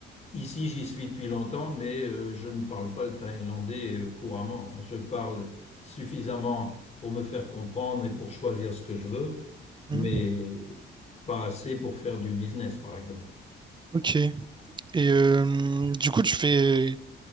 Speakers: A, on the left; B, on the right.
A: ici, j'y suis depuis longtemps, mais euh, je ne parle pas le thaïlandais euh, couramment. Je parle suffisamment pour me faire comprendre et pour choisir ce que je veux,
B: Hmm,
A: mais pas assez pour faire du business, par exemple.
B: Ok. Et euh, du coup, tu fais,